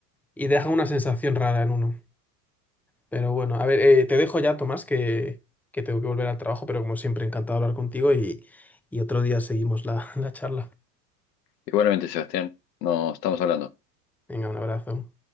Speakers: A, in the centre; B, on the left (about 85°).
A: y deja una sensación rara en uno. Pero bueno, a ver, eh, te dejo ya, Tomás, que, que tengo que volver al trabajo, pero como siempre, encantado de hablar contigo y, y otro día seguimos la, <laughs> la charla.
B: Igualmente, Sebastián, nos estamos hablando.
A: Venga, un abrazo.